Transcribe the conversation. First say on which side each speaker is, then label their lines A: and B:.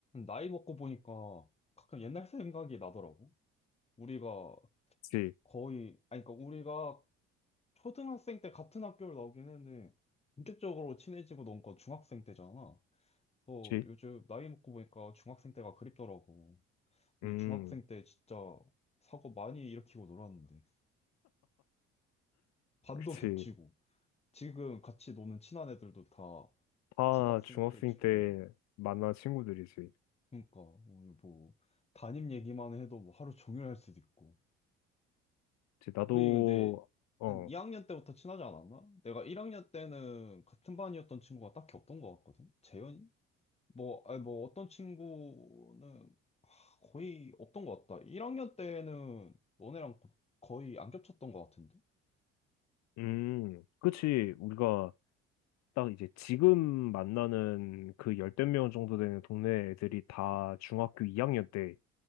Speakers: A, on the left; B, on the left.
A: 나이 먹고 보니까 가끔 옛날 생각이 나더라고. 우리가
B: 그치,
A: 거의, 아니, 그러니까 우리가 초등학생 때 같은 학교를 나오긴 했는데, 본격적으로 친해지고 논 건 중학생 때잖아. 그래서
B: 그치.
A: 요즘 나이 먹고 보니까 중학생 때가 그립더라고. 우리
B: 음,
A: 중학생 때 진짜 사고 많이 일으키고 놀았는데. 반도
B: 그치.
A: 겹치고. 지금 같이 노는 친한 애들도 다
B: 다
A: 중학생
B: 중학생
A: 때 친구들이고.
B: 때 만난 친구들이지.
A: 그러니까 오늘 뭐 담임 얘기만 해도 뭐 하루 종일 할 수도 있고.
B: 그치, 나도,
A: 우리 근데
B: 어,
A: 한 2학년 때부터 친하지 않았나? 내가 1학년 때는 같은 반이었던 친구가 딱히 없던 것 같거든? 재현이? 뭐, 아니 뭐 어떤 친구는 하, 거의 없던 것 같다. 1학년 때는 너네랑 거- 거의 안 겹쳤던 것 같은데?
B: 음, 그치. 우리가 딱 이제 지금 만나는 그 열댓 명 정도 되는 동네 애들이 다 중학교 2학년 때